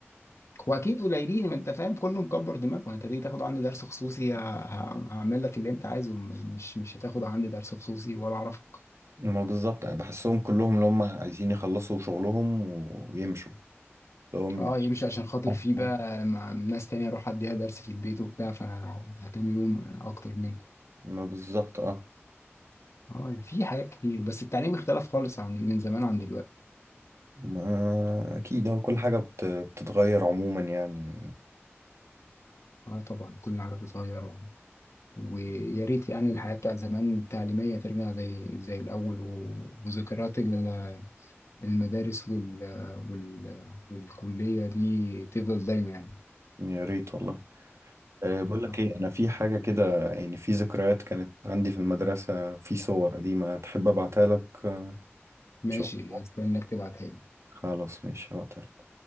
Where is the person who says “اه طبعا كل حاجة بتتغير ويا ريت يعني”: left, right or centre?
Left